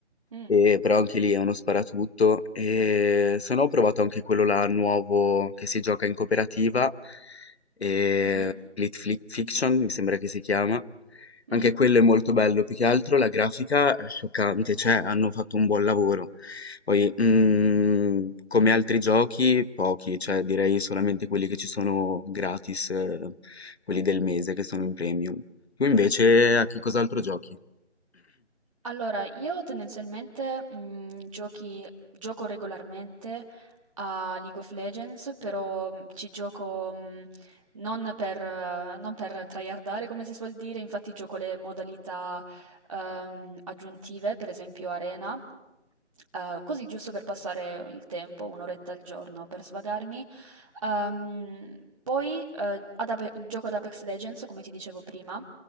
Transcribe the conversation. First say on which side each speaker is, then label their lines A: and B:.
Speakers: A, on the right (about 30°); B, on the left (about 60°).
A: Mm,
B: e però anche lì è uno sparatutto. E se no ho provato anche quello là nuovo che si gioca in cooperativa, ehm,
A: mhm,
B: Split Fli Fiction mi sembra che si chiama.
A: mhm.
B: Anche quello è molto bello, più che altro la grafica è scioccante, cioè hanno fatto un buon lavoro. Poi, mm, come altri giochi, pochi, cioè direi solamente quelli che ci sono gratis, eh, quelli del mese che sono in premium. Tu invece a che cos'altro giochi?
A: Allora, io tendenzialmente mh, giochi- gioco regolarmente a League of Legends, però mh, ci gioco mh, non per, eh, non per tryhardare, come si suol dire, infatti gioco le modalità ehm, aggiuntive, per esempio Arena, eh, così giusto per passare il tempo, un'oretta al giorno per svagarmi. Ehm, poi eh, ad Ape- gioco ad Apex Legends, come ti dicevo prima.